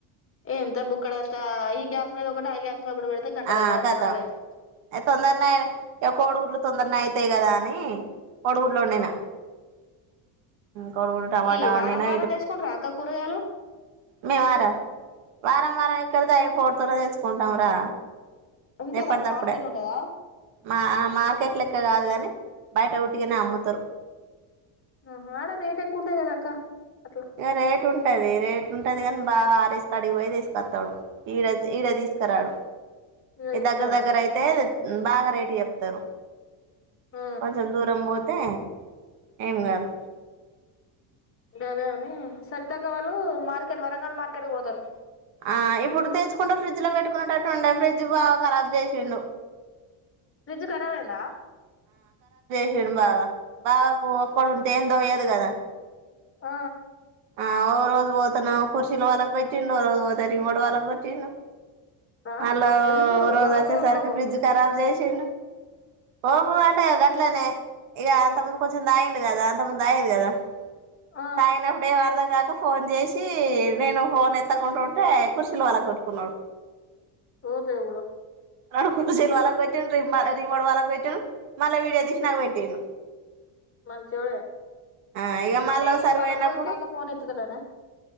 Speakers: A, on the left; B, on the right.
A: ఏంత బుక్కడు అం త ఈ గ్యాస్ మీద ఒకటి ఆ గ్యాస్ మీద ఒకటి పెడితే గంటలు
B: ఆ
A: అయితది అర్ధ
B: కతం
A: గంటలు అయితది
B: తొందరానే అయినా కోడిగు లు తొందరన అయితాయి కదా అని కోడిగుడ్లు వండిన
A: ఆ
B: కోడిగుడ్డు టమాటా
A: ఈ
B: వండినా
A: వారం వారం తెసుకుంట రా అక్క కూరగాయలు
B: మేము అరా వారం వారం ఎక్కడ అయిపోతూనే తెచ్చుకుంటాం రా
A: ఉంటదా
B: ఎప్పటిదప్పుడే
A: అడ మార్కెట్ ఉంటదా
B: మా మార్కెట్ లెక్క కాదు కానీ బయట ఉట్టిగానే అమ్ముతారు
A: ఆహా ఆడ రేట్ ఎక్కువ ఉంటది కదా అక్క అట్లా
B: ఇగ రేట ఉంట ఉంటది రేట్ ఉంటది కాని బాగా ఆరేసు కాడి పోయి తీసుకొస్తాడు ఈడ ఈడ తీసుకురాడు
A: ఇలా తీసుకురాడా
B: దగ్గర దగ్గర అయితే తే బాగా రేటు చెప్తారు
A: ఆ
B: కొంచెం దూరం పోతే ఏం కాదు
A: గదే అని సరిత అక్క వాళ్ళు మార్కెట్ వరంగల్ మార్కెట్ పోతారు
B: ఆ ఇప్పుడు తెచ్చుకుంటే ఫ్రిడ్జ్ లో పెట్టుకునేటట్టు ఉండదు ఫ్రిడ్జ్ బావ ఖరాబ్ చేసిండు
A: ఫ్రిడ్జ్ కరాబ్ అయిందా
B: తిను బాగా బావకు ఒక్కడుంటే ఏం తోయదు కదా
A: ఆ
B: ఆ ఓ రోజు పోతేనేమో కుర్చిలు పలగొట్టిండు ఓ రోజు పోతే రిమోట్ పలగొట్టిండు
A: ఆ
B: అలా
A: ఎందుకు
B: ఓ రోజ్
A: ఎవల
B: వచ్చేసర్కిఫ్ర్రిజ్
A: మీద కోపం
B: కరాబ్ చేస్ తిను ఓహో అంటే అట్లనే ఇక అంత ముందు కొంచెం తాగిండు కదా అంత ముందు తాయదు కదా
A: ఆ
B: తాయినప్పుడేం అర్ధం కాద్ టు ఫోన్ చేసి నేను ఫోన్ ఎత్తకుంటుంటే కుర్చీలు పగలగొట్టుకున్నడు.
A: ఓ దేవుడా
B: రెండు కుర్చీలు పలగ్గొట్టిండు రిమ్ రిమోట్ పలగ్గొట్టిండు మళ్ళీ వీడియో తీసి నాకు పెట్టిండు
A: మంచొడే అంటే
B: ఆ ఇక మళ్ళీ ఓసారి
A: ఇవి బలకోట్న
B: పోయినప్పుడు
A: అంటే ఫోన్ ఎత్తతడానే